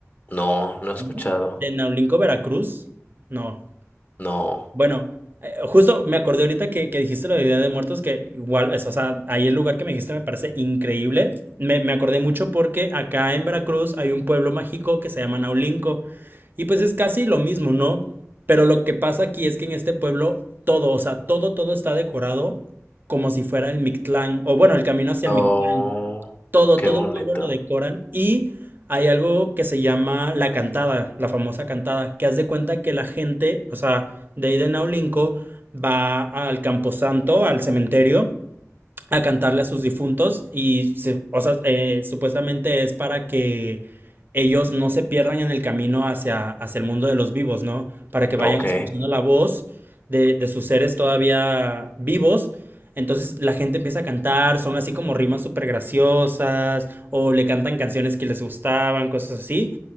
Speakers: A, on the left (about 35°); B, on the right (about 40°).
A: No, no he escuchado.
B: Ujú. ¿De Naulinco, Veracruz? No.
A: No.
B: Bueno, eh, justo me acordé ahorita que, que dijiste lo de Día de Muertos, que igual, es, o sea, ahí el lugar que me dijiste me parece increíble. Me, me acordé mucho porque acá en Veracruz hay un pueblo mágico que se llama Naulinco. Y pues es casi lo mismo, ¿no? Pero lo que pasa aquí es que en este pueblo todo, o sea, todo, todo está decorado como si fuera el Mictlán, o bueno, el camino hacia
A: Oh,
B: el Mictlán. Todo,
A: qué
B: todo
A: bonito.
B: el pueblo lo decoran y hay algo que se llama la cantada, la famosa cantada, que haz de cuenta que la gente, o sea, de ahí de Naulinco, va al Camposanto, al cementerio, a cantarle a sus difuntos y se- o sea, eh, supuestamente es para que ellos no se pierdan en el camino hacia, hacia el mundo de los vivos, ¿no? Para que vayan
A: Ok.
B: escuchando la voz de, de sus seres todavía vivos. Entonces la gente empieza a cantar, son así como rimas súper graciosas, o le cantan canciones que les gustaban, cosas así,